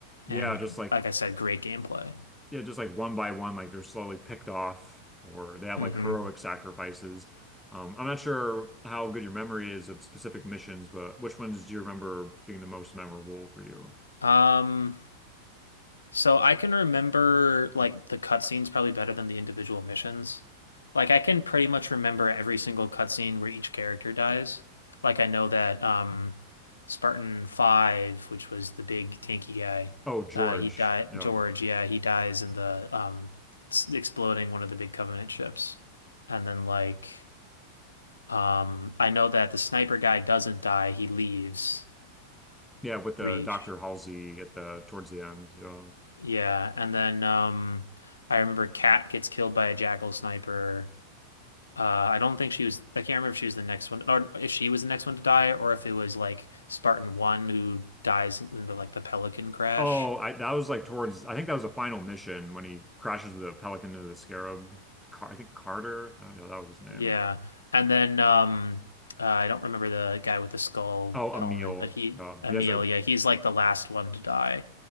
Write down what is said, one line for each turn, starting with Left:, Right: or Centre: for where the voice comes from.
Left: and
Centre: Yeah, just like
Left: like I said, great gameplay.
Centre: yeah, just like one by one, like they're slowly picked off, or they have
Left: hmm
Centre: like heroic sacrifices. Um, I'm not sure how good your memory is of specific missions, but which ones do you remember being the most memorable for you?
Left: Um, So I can remember like the cutscenes probably better than the individual missions. Like I can pretty much remember every single cutscene where each character dies. Like I know that um Spartan 5, which was the big tanky guy,
Centre: Oh, George.
Left: uh he died
Centre: Yeah.
Left: George, yeah, he dies in the um s- exploding one of the big Covenant ships. And then like um I know that the sniper guy doesn't die, he leaves
Centre: Yeah, with the
Left: Reach.
Centre: Dr. Halsey at the towards the end. Yeah.
Left: Yeah, and then um I remember Kat gets killed by a jackal sniper. Uh I don't think she was I can't remember if she was the next one or if she was the next one to die or if it was like Spartan 1 who dies in the like the Pelican crash.
Centre: Oh, I that was like towards I think that was the final mission when he crashes the Pelican into the Scarab. Car I think Carter. I don't know, that was his name.
Left: Yeah. And then um uh, I don't remember the guy with the skull
Centre: Oh,
Left: helmet,
Centre: Emil.
Left: but he
Centre: Uh,
Left: Emil,
Centre: he has a
Left: yeah, he's like the last one to die